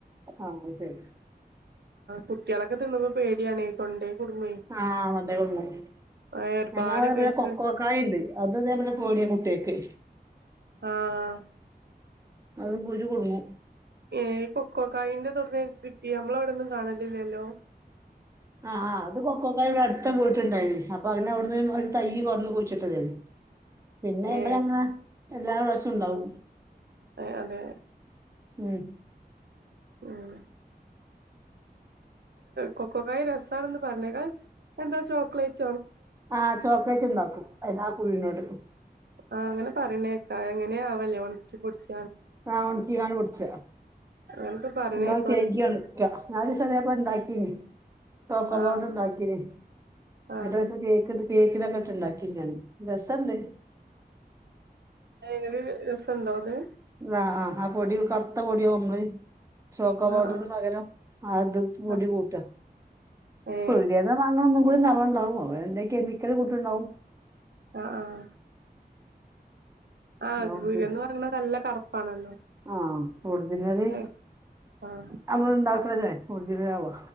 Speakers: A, on the right (about 20°); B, on the right (about 85°).
A: ആ അ ശരി
B: കുട്ട്യാളൊക്കെ തിന്ന്മ്പോ പേടിയാണെ തൊണ്ടേ കുടുങ്ങുവേ
A: ആ തൊണ്ടേ കുട്ങ്ങും
B: ആ ഒരുപാട്
A: ഞങ്ങളിവിടെ
B: കേസ്
A: പിന്നെ കൊക്കോക്കായിണ്ട് അത് തേ പോലെ കോര്യാ കുട്ട്യേക്ക്
B: ആഹ്
A: അത് കുരു കുടുങ്ങും
B: ഏയ് കൊക്കോക്കായിന്റെ തൊട്ന്നയ് ങ്ങക്ക്കിട്ടി നമ്മളവടൊന്നും കാണലില്ലല്ലോ
A: അഹ് ആഹ് അത് കൊക്കൊകായി വടട്ത്ത വീട്ടിലിണ്ടായിനി അപ്പൊ അങ്ങനെ അവ്ടുന്ന് ഒരു തൈയ് കൊട്ന്ന് കുഴിച്ട്ട് <unintelligible> പിന്നെ അയ്മ്മലങ്ങനെ
B: ഏ
A: എല്ലാ പ്രാശുണ്ടാവും
B: എഹ് അതെ
A: ഉം
B: ഉം കൊക്കോക്കായി രസാണ്ന്ന് പറഞ്ഞേക്ക അഹ് അത് എന്താ ചോക്ലേറ്റ്
A: ആഹ് ചോക്ലേറ്റ് ഇണ്ടാക്കും അയ് അഹ് കുരുനോട്
B: ആഹ് അങ്ങനെ പറിണേക്കാ എങ്ങനെയാവലേ ഒൺക്കി പൊടിച്
A: ആഹ് ഒൺക്കികാണ്ട് പൊടിച്ച
B: അങ്ങനൊക്കെ പറയണേക്കാ
A: നല്ലോം കെയ്കി
B: ഓരോരുത്തര്
A: ഒൺക്ക നാലിസ് അതേപ്പോലെ ണ്ടാക്കീനി തോക്കോ
B: ആ
A: പൗഡർ ണ്ടാക്കിനി
B: ആ
A: നട്ടാചേ കേക്ക്ണ്ട കേക്കിലക്കട്ട്ണ്ടാക്കി ഞാൻ രസണ്ട്
B: എങ്ങനേ രസണ്ടോത്?
A: ആഹ് ആഹ് ആ പൊടിം കർത്ത പൊടിയോ <unintelligible> ചോക്കോ
B: ആ
A: പൗടറിന്
B: ആ
A: പകരം അതും പൊടി
B: ആ
A: കൂട്ടാ
B: ഏ
A: പീട്യേന്ന് വാങ്ങണ <unintelligible> എന്തെ കെമിക്കല് കൂട്ടിണ്ടാവും
B: ആഹ് ആഹ് ആ
A: ഒറിജി
B: പീട്യേന്ന് വാങ്ങ്ണ നല്ല കറുപ്പ് ആണല്ലോ
A: ആ ഒറിജിനല്
B: ഏഹ് ആഹ്
A: നമ്മള് ഉണ്ടാക്കലല്ലേ
B: അപ്
A: ഒറിജിനലാവോ